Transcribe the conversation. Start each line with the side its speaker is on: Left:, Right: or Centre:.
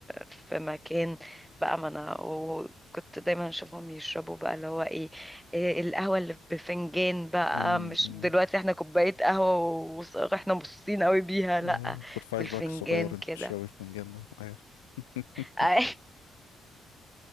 Centre: في مكان بقى ما انا وكنت دايما اشوفهم يشربوا بقى اللي هو ايه, إيه القهوة اللي بفنجان بقى
Left: أمم،
Centre: مش
Left: أمم.
Centre: دلوقتي احنا كوباية قهوة واحنا مبسوطين قوي بيها
Left: ايوه
Centre: لأ
Left: ترفعي
Centre: بالفنجان
Left: صباعك الصغير انت
Centre: كده
Left: بتشربي الفنجان ده ايوه <laughs>
Centre: <laughs>